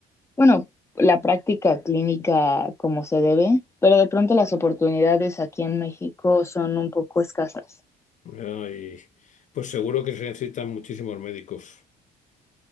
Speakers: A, on the left (about 15°); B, on the left (about 45°).
A: bueno, la práctica clínica como se debe, pero de pronto las oportunidades aquí en México son un poco escasas.
B: Ay, pues seguro que se necesitan muchísimos médicos.